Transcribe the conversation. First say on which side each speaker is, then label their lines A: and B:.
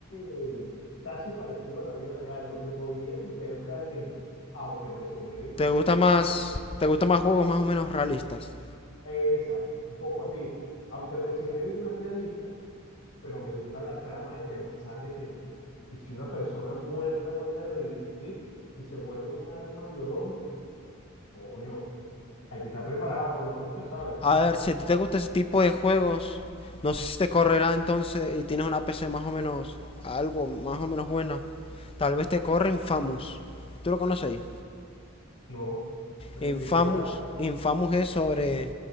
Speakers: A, on the left; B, on the left.
A: es casi parecido a la vida real, lo que podría suceder realmente, aunque Resident Evil no
B: ¿Te
A: tiene
B: gusta
A: nada.
B: más,
A: Bueno,
B: te gusta más juegos más o menos realistas?
A: eh, Exacto, un poco así. Aunque Resident Evil no es realista, pero me gusta la trama de pensar de que, y si una persona muerta vuelve a revivir y se vuelve un arma biológica, coño, hay que estar preparado, uno nunca sabe.
B: A
A: <laughs>
B: ver, si a ti te gusta ese tipo de juegos, no sé si te correrá entonces y tienes una PC más o menos, algo más o menos buena. Tal vez te corre Infamous. ¿Tú lo conocéis?
A: No, me-
B: Infamous,
A: ¿de qué trata?
B: Infamous es sobre,